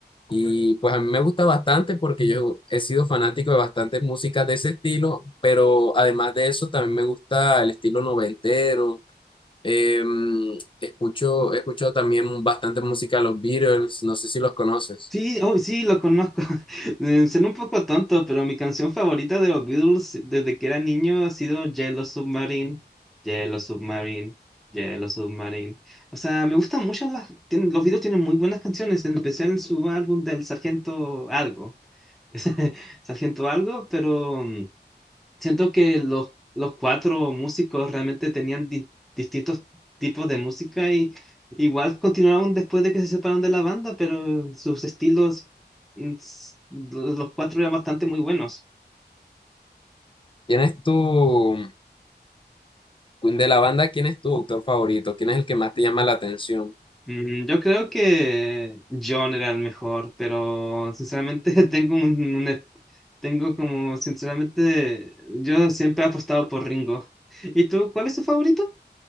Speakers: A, on the left; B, in the centre.
A: Y pues a mí me gusta bastante porque yo he sido fanático de bastantes músicas de ese estilo, pero además de eso también me gusta el estilo noventero. Eh, escucho, escucho también bastante música de los Beatles, no sé si los conoces.
B: Sí, oh, sí, lo conozco. <laughs> Eh, Suena un poco tonto, pero mi canción favorita de los Beatles desde que era niño ha sido Yellow Submarine, Yellow Submarine, Yellow Submarine. O sea, me gustan mucho las... tien- Los Beatles tienen muy buenas canciones, en especial en su álbum del Sargento Algo. <laughs> Sargento Algo, pero... mm, siento que los, los cuatro músicos realmente tenían di- distintos tipos de música y igual continuaron después de que se separaron de la banda, pero sus estilos, mm, s- lo- los cuatro eran bastante muy buenos.
A: ¿Quién es tu, de la banda, quién es tu autor favorito? ¿Quién es el que más te llama la atención?
B: Mm, Yo creo que John era el mejor, pero sinceramente <laughs> tengo un, un e- tengo como, sinceramente, yo siempre he apostado por Ringo. ¿Y tú, cuál es tu favorito?